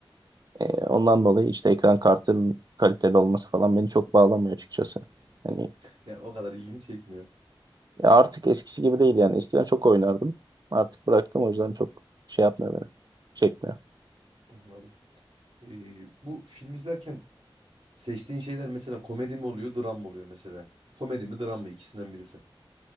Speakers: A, on the right; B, on the right.
A: E, ondan dolayı işte ekran kartının kaliteli olması falan beni çok bağlamıyor açıkçası. Hani
B: <laughs> Yani o kadar ilgini çekmiyor.
A: ya artık eskisi gibi değil yani. Eskiden çok oynardım. Artık bıraktım o yüzden çok şey yapmıyor beni. Çekmiyor.
B: Anladım. Ee, bu film izlerken seçtiğin şeyler mesela komedi mi oluyor, dram mı oluyor mesela? Komedi mi, dram mı? İkisinden birisi.